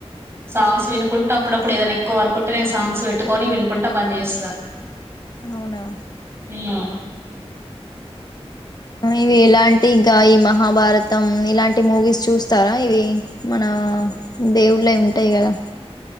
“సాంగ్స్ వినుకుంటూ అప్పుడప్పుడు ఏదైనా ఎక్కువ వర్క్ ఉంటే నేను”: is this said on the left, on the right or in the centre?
Right